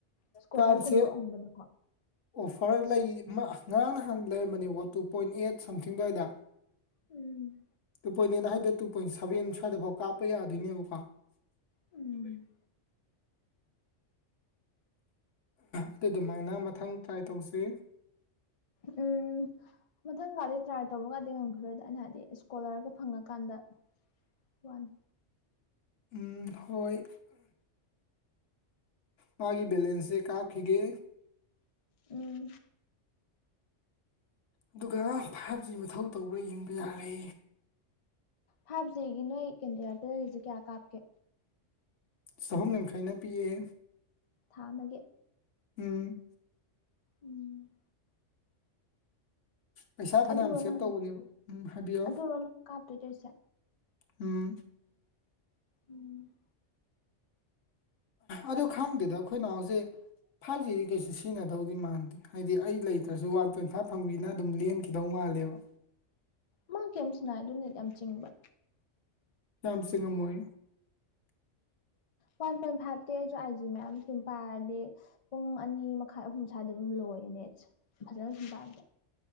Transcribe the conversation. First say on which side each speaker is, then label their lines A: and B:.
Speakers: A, on the left; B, on the left.
A: ꯏꯁꯀꯣꯂꯔꯒꯨꯝꯕꯗ
B: ꯀꯥꯔꯠꯁꯦ
A: ꯒꯣ
B: ꯑꯣꯐꯔ ꯂꯩ ꯉꯔꯥꯡ ꯅꯍꯥꯟꯅ ꯂꯩꯔꯝꯕꯅꯦꯕ one two point eight something ꯑꯗꯨꯋꯥꯏꯗ
A: ꯎꯝ
B: ꯇꯨ ꯄꯣꯏꯟꯠ ꯍꯥꯏꯗꯣ ꯇꯨ ꯄꯣꯏꯟ ꯁꯚꯦꯟ ꯁꯨꯋꯥꯏꯗꯐꯥꯎ ꯀꯥꯞꯄ ꯌꯥꯗꯣꯏꯅꯦꯕꯀꯣ
A: ꯎꯝ
B: <unintelligible> ꯑꯗꯨꯗꯨꯃꯥꯏꯅ ꯃꯊꯪ ꯇ꯭ꯔꯥꯏ ꯇꯧꯁꯤ
A: ꯎꯝ ꯃꯊꯪꯀꯗꯤ ꯇ꯭ꯔꯥꯏ ꯇꯧꯕꯒꯥꯗꯤ ꯉꯝꯈꯤꯔꯣꯏꯗ ꯑꯩꯅ ꯍꯥꯏꯗꯤ ꯏꯁꯀꯣꯂꯔꯒ ꯐꯪꯉꯀꯥꯟꯗ ꯋꯥꯅꯤ
B: ꯑꯝ ꯍꯣꯏ ꯃꯥꯒꯤ ꯕꯦꯂꯦꯟꯁꯁꯦ ꯀꯥꯞꯈꯤꯒꯦ
A: ꯎꯝ
B: ꯑꯗꯨꯒ ꯐꯥꯏꯚ ꯖꯤ ꯃꯊꯧ ꯇꯧꯕ꯭ꯔꯥ ꯌꯦꯡꯕ ꯌꯥꯔꯦ
A: ꯐꯥꯏꯚ ꯖꯤꯒꯤ ꯅꯣꯏ ꯑꯦꯌꯥꯔꯇꯦꯟꯒꯤꯁꯦ ꯀꯌꯥ ꯀꯥꯞꯀꯦ
B: ꯆꯍꯨꯝ ꯌꯥꯡꯈꯩꯩꯅ ꯄꯤꯛꯑꯦ
A: ꯊꯥ ꯑꯃꯒꯤ
B: ꯎꯝ
A: ꯎꯝ
B: ꯄꯩꯁꯥ ꯐꯅꯌꯥꯝ
A: ꯑꯗꯨꯔꯣ
B: ꯁꯦꯞ
A: ꯅꯪ
B: ꯇꯧꯕꯅꯦꯕ ꯎꯝ ꯍꯥꯏꯕꯤꯌꯣ
A: ꯑꯗꯨꯔꯣ ꯅꯪ ꯀꯥꯞꯇꯣꯏꯗꯣꯏꯁꯦ
B: ꯎꯝ
A: ꯎꯝ
B: ꯑꯗꯣ ꯈꯪꯗꯦꯗ ꯑꯩꯈꯣꯏ ꯅꯥꯎꯁꯦ ꯐꯥꯏꯚ ꯖꯤꯗꯤ ꯀꯩꯁꯨ ꯁꯤꯖꯤꯟꯅꯗꯧꯗꯤ ꯃꯥꯟꯗꯦ ꯍꯥꯏꯗꯤ ꯑꯩ ꯂꯩꯇ꯭ꯔꯁꯨ ꯋꯥꯟ ꯄꯣꯏꯟ ꯐꯥꯏꯚ ꯐꯪꯕꯤꯅ ꯑꯗꯨꯝ ꯂꯦꯟꯈꯤꯗꯧ ꯃꯥꯜꯂꯦꯕ
A: ꯃꯥ ꯀꯩꯝ ꯁꯅ ꯑꯗꯨꯅꯦꯠ ꯌꯥꯝ ꯆꯤꯡꯕ
B: ꯌꯥꯝ ꯆ ꯉꯝꯃꯣꯏ
A: ꯋꯥꯟ ꯄꯣꯏꯟ ꯐꯥꯏꯚꯇ ꯑꯩꯁꯨ ꯑꯁꯤ ꯃꯝ ꯁꯝ ꯄꯥꯔꯗꯤ ꯄꯨꯡ ꯑꯅꯤ ꯃꯈꯥꯏ ꯑꯍꯨꯝ ꯁ꯭ꯋꯥꯏꯗ ꯑꯗꯨꯝ ꯂꯣꯏꯌꯦ ꯅꯦꯠꯁꯦ ꯐꯖꯅ ꯁꯨꯝ ꯄꯥꯏꯕꯗ